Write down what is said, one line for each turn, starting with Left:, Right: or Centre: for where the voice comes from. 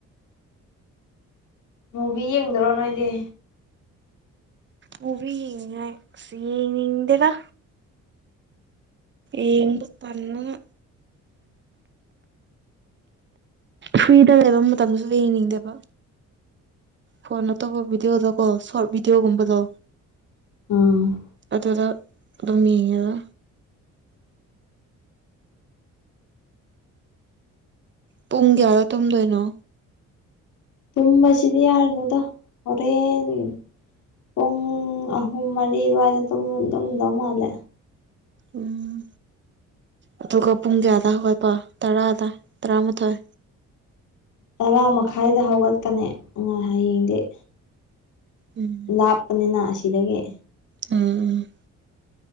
Left: ꯃꯨꯚꯤ ꯌꯦꯡꯗ꯭ꯔꯣ ꯅꯣꯏꯗꯤ
Right: ꯃꯨꯕꯤ ꯌꯦꯡꯅꯤꯉꯥꯏ ꯑꯁ ꯌꯦꯡꯅꯤꯡꯗꯦꯗ ꯌꯦꯡꯕ ꯇꯟꯗꯅ ꯐ꯭ꯔꯤꯗ ꯂꯩꯕ ꯃꯇꯝꯗꯁꯨ ꯌꯦꯡꯅꯤꯡꯗꯦꯕ ꯐꯣꯟ ꯅꯠꯇꯕ ꯚꯤꯗꯤꯑꯣꯗ ꯀꯣ ꯁꯣꯔꯠ ꯚꯤꯗꯤꯑꯣꯒꯨꯝꯕꯗꯣ
Left: ꯎꯝ
Right: ꯑꯗꯨꯗ ꯑꯗꯨꯝ ꯌꯦꯡꯉꯒ ꯄꯨꯡ ꯀꯌꯥꯗꯥ ꯇꯨꯝꯗꯣꯏꯅꯣ
Left: ꯇꯨꯝꯕꯁꯤꯗꯤ ꯌꯥꯔꯤꯅꯤꯗ ꯍꯣꯔꯦꯟ ꯄꯨꯡ ꯑꯍꯨꯝ ꯃꯔꯤ ꯑꯗꯨꯋꯥꯏꯗ ꯇꯨꯝ ꯇꯨꯝꯗꯧ ꯃꯥꯜꯂꯦ
Right: ꯎꯝ ꯑꯗꯨꯒ ꯄꯨꯡ ꯀꯌꯥꯗ ꯍꯧꯒꯠꯄ ꯇꯔꯥꯗꯥ ꯇꯔꯥꯃꯥꯊꯣꯏ
Left: ꯇꯔꯥ ꯃꯈꯥꯏꯗ ꯍꯧꯒꯠꯀꯅꯤ ꯑꯥ ꯍꯌꯦꯡꯗꯤ
Right: ꯎꯝ
Left: ꯂꯥꯞꯄꯅꯤꯅ ꯑꯁꯤꯗꯒꯤ
Right: ꯎꯝ ꯎꯝ